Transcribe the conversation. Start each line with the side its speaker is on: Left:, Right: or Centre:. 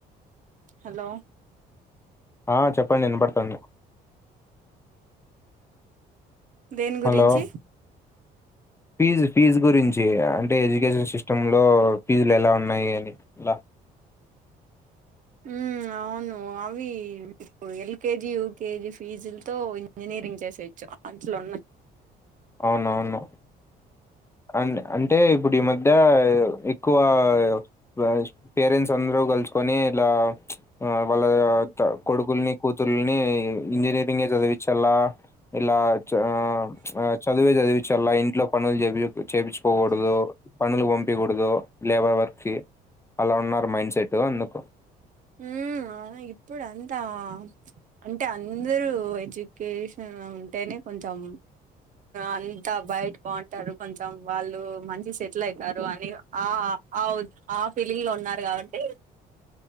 Right: హలో
Left: ఆ చెప్పండి ఇనపాడుతుంది.
Right: దేని గురించి
Left: హలో ఫీజు ఫీజు గురించి అంటే ఎడ్యుకేషన్ సిస్టమ్లో ఫీజులు ఎలా ఉన్నాయి అని లా అ
Right: ఉమ్ అవును అవి ఇప్పుడు ఎల్కేజీ యూకేజి ఫీజులతో ఇంజనీరింగ్ చేసేయోచ్చు అంట్లో ఉన్నయ్.
Left: అవునవును అండ్ అంటే ఇప్పుడు ఈ మధ్య ఎక్కువ ప్లాచ్ పేరెంట్స్ అందరు గలుసుకొని ఇలా ఆ వాళ్ళ కొడుకుల్ని కూతుర్ల్ని ఇంజనీరింగే చదివిచ్చలా. ఇలాచ్ ఆ చదివే చదివిచల్లా ఇంట్లో పనులు జెపియ్ చేపిచుకోకూడదు. పనులు వాపియకూడదు. లేబర్ వర్క్ కి అలా ఉన్నారు మైండ్ సెట్ అందుకు
Right: ఉహ్ అవును ఇప్పుడు అంతా అంటే అందరు ఎడ్యుకేషన్ ఉంటేనే కొంచెం అంద్ బయట్ బావుంటారు. కొంచెం వాళ్ళు మంచి సెటిలైతారు అని ఆ ఆ అవుత్ ఆ ఫీలింగ్ లో ఉన్నారు గవట్టి